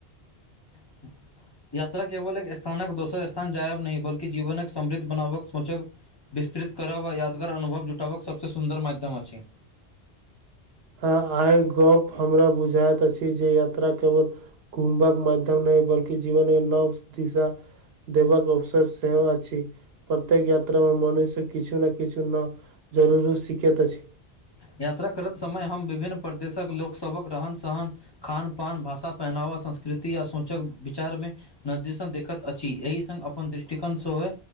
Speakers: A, on the left; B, on the right.
A: <inaudible> यात्रा केवल एक स्थानक दोसर स्थान जायब नहि बल्कि जीवनक समृद्ध बनावक सोचक विस्तृत करब आ यादगार अनुभव जुटबक सभसँ सुन्दर माध्यम अछि।
B: हँ आहाँक गप्प हमरा बुझाइत अछि जे यात्रा केवल घुमबक माध्यम नहि बल्कि जीवनमे नव दिशा देबाक अवसर सेहो अछि प्रत्येक यात्रा मे मनुष्य किछु ने किछु नव जरूरी शिखैत अछि।
A: यात्रा करत समय हम विभिन्न परदेशक लोक सबक रहन सहन। खान पान भाषा पहनावा संस्कृति आ सोंचक विचारमे नदीसन देखैत अछि एहि संग अपन दृष्टिकोण सेहो